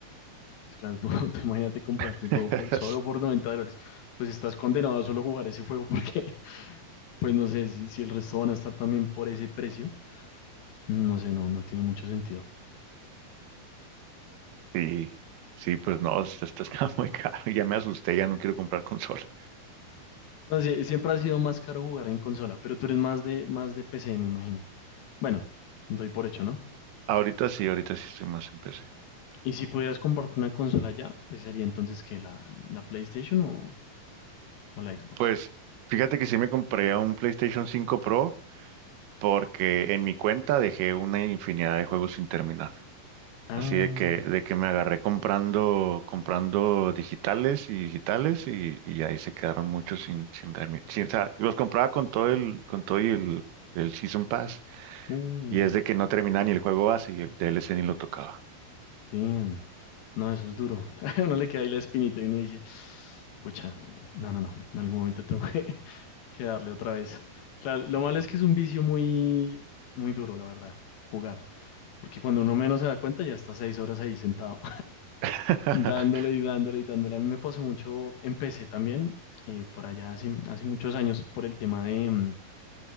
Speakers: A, on the left (about 80°); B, on the right (about 85°).
A: Entonces, claro, tú, <laughs> tú imagínate comprarte
B: <laughs>
A: un juego por, solo por 90 dólares, pues estás condenado a solo jugar ese juego porque, <laughs> pues no sé, si, si el resto van a estar también por ese precio, no sé, no, no tiene mucho sentido.
B: Sí, sí, pues no, esto está está <laughs> muy caro. Ya me asusté, ya no quiero comprar consola.
A: No, sí, siempre ha sido más caro jugar en consola, pero tú eres más de, más de PC, me imagino. Bueno, doy por hecho, ¿no?
B: Ahorita sí, ahorita sí estoy más en PC.
A: Y si pudieras comprarte una consola ya, pues sería entonces que la, la PlayStation o, o la Xbox.
B: Pues fíjate que sí me compré un PlayStation cinco Pro porque en mi cuenta dejé una infinidad de juegos sin terminar.
A: Ah,
B: Así de que, de que me agarré comprando, comprando digitales y digitales y, y ahí se quedaron muchos sin, sin, termi- sin- o sea, los compraba con todo el, con todo y el, el Season Pass
A: uh,
B: y es de que no terminaba ni el juego base y el DLC ni lo tocaba.
A: damn. No, eso es duro. <laughs> No le queda ahí la espinita y uno dice, pucha, no, no, no, en algún momento tengo que, <laughs> que darle otra vez. Claro, lo malo es que es un vicio muy, muy duro, la verdad, jugar. Porque cuando uno menos se da cuenta, ya está seis horas ahí sentado.
B: <laughs>
A: Dándole y dándole y dándole. A mí me pasó mucho, empecé también eh, por allá hace, hace muchos años por el tema de, mm,